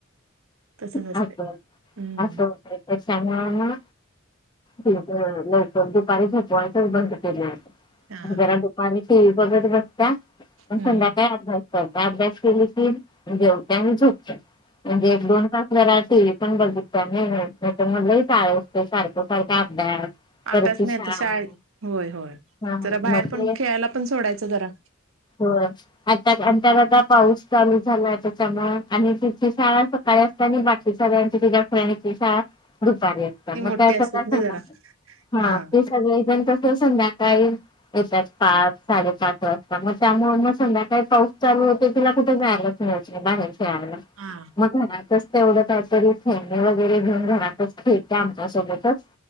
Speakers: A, on the right; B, on the left.
A: तसच असते
B: असं
A: हम्म
B: असं होतंय. त्यामुळं म लव लवकर दुपारी झोपवायच बंद केलेय आता.
A: हा
B: जरा दुपारी टी व्ही बघत बस्त्या अन
A: हम्म
B: संध्याकाळी अभ्यास. <unintelligible> अभ्यास केली की जेवत्या अन झोपत्यात म्हंजे एक दोन तास जरा टी व्ही पण बघितल्या नाही, तर म लईच आळस करत्या सारखं सारखं अभ्यास परत
A: अभ्यास
B: ती
A: नाही
B: शाळा
A: त शाळेत होय होय
B: हा हा
A: जरा बाहेर
B: म्हणजे
A: पण खेळायला पण सोडायचं जरा.
B: होय अर्धा घंटा जा पाऊस चालू झालाय त्याच्यामुळे आणि तिची शाळा सकाळी असते ना बाकी सगळ्यांची तीच्या फ्रेंडची तिची शाळा दुपारी असते
A: ती
B: मग
A: मोठी
B: काय
A: असतात
B: करणार
A: ना जरा
B: <unintelligible> हां
A: हा
B: ते सगळे जण संध्याकाळी येतात पाच साडेपाच वाजता, मगं त्यामुळें मगं संध्याकाळी पाऊस चालू होते तिला कुठं जायला <unintelligible> बाहेर खेळायला
A: हा
B: मग घरात बसं तेवढं काही तरी खेळणे वगैरे घेऊन घरातच खेळता आमच्या सोबतच.